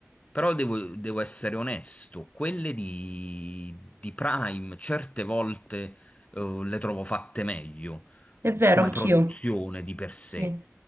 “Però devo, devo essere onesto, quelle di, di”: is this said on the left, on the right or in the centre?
Left